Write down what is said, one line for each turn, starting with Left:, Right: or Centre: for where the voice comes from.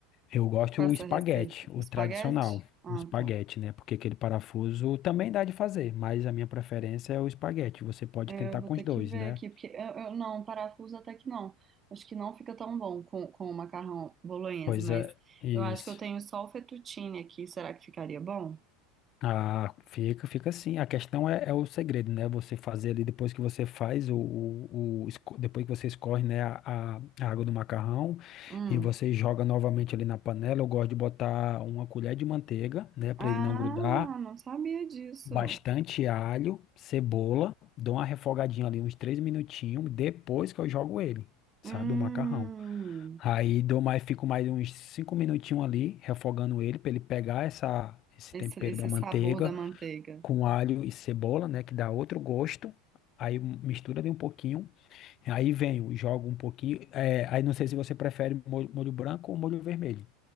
Left: Eu gosto
Right: com essa
Left: o espaguete,
Right: receita?
Left: o
Right: O espaguete?
Left: tradicional,
Right: Ah,
Left: o espaguete,
Right: tá.
Left: né? Porque aquele parafuso também dá de fazer, mas a minha preferência é o espaguete. Você pode
Right: É,
Left: tentar
Right: Eu vou
Left: com
Right: ter
Left: os dois,
Right: que ver
Left: né?
Right: aqui, porque eu, eu- não, parafuso até que não. Acho que não fica tão bom com, com o macarrão bolonhesa,
Left: Coisa,
Right: mas
Left: isso.
Right: eu acho que eu tenho só o fettuccine aqui. Será que ficaria bom?
Left: Ah, fica, fica assim. A questão é, é o segredo, né? Você fazer ali depois que você faz o, o, o esco- depois que você escorre, né, a, a a água do macarrão
Right: Hum.
Left: e você joga novamente ali na panela. Eu gosto de botar uma colher de manteiga, né, para
Right: Ah,
Left: ele não grudar.
Right: não sabia disso.
Left: Bastante alho, cebola, dou uma refogadinha ali uns três minutinhos depois que eu jogo ele, sabe,
Right: Hum,
Left: o macarrão. Aí dou mais, fico mais uns cinco minutinhos ali refogando ele para ele pegar essa esse
Right: esse,
Left: tempero
Right: esse
Left: da manteiga
Right: sabor da manteiga.
Left: com alho e cebola, né, que dá outro gosto. Aí mistura ali um pouquinho, aí venho, jogo um pouquinho. é, aí não sei se você prefere molho, molho branco ou molho vermelho.